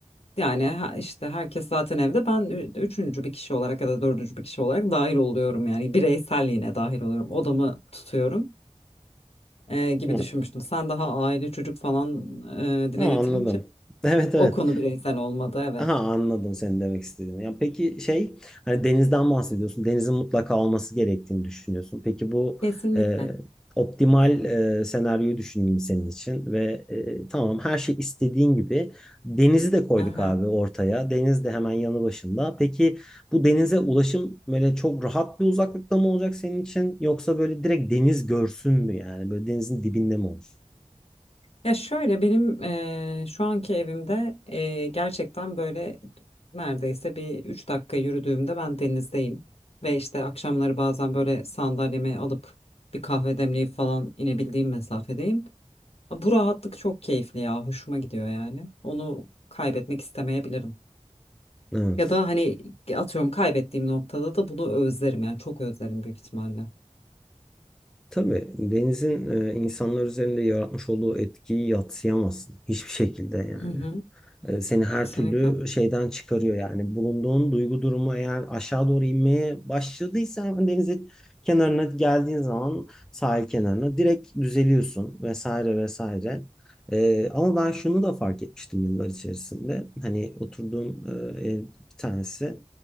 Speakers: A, on the left (about 55°); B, in the centre.
A: yani ha- işte herkes zaten evde ben ü- üçüncü bir kişi olarak ya da dördüncü bir kişi olarak dahil oluyorum yani bireyselliğine dahil oluyorum odamı tutuyorum e, gibi
B: Evet.
A: düşünmüştüm. Sen daha aile çocuk falan e, dile
B: Ha,
A: getirince
B: anladım. <laughs> Evet evet.
A: o konu bireysel olmadı evet.
B: Aha anladım senin demek istediğini. Ya peki şey hani denizden bahsediyorsun. Denizin mutlaka olması gerektiğini düşünüyorsun. Peki bu
A: Kesinlikle.
B: e, optimal e, senaryoyu düşüneyim senin için ve e, tamam her şey istediğin gibi denizi de koyduk
A: Aha.
B: abi ortaya. Deniz de hemen yanı başında. Peki bu denize ulaşım böyle çok rahat bir uzaklıkta mı olacak senin için yoksa böyle direkt deniz görsün mü yani böyle denizin dibinde mi olsun?
A: Ya şöyle benim eee, şu anki evimde eee, gerçekten böyle neredeyse bir 3 dakika yürüdüğümde ben denizdeyim. Ve işte akşamları bazen böyle sandalyemi alıp bir kahve demleyip falan inebildiğim mesafedeyim. Ha, Bu rahatlık çok keyifli ya hoşuma gidiyor yani. Onu kaybetmek istemeyebilirim.
B: Evet.
A: Ya da hani atıyorum kaybettiğim noktada da bunu özlerim yani çok özlerim büyük ihtimalle.
B: Tabii denizin e, insanlar üzerinde yaratmış olduğu etkiyi yadsıyamazsın hiçbir şekilde yani
A: Hı hı,
B: e, seni her
A: kesinlikle.
B: türlü şeyden çıkarıyor yani. Bulunduğun duygu durumu eğer aşağı doğru inmeye başladıysa hemen denizin kenarına geldiğin zaman sahil kenarına direkt düzeliyorsun vesaire vesaire. E, ama ben şunu da fark etmiştim yıllar içerisinde. Hani oturduğum e, ev bir tanesi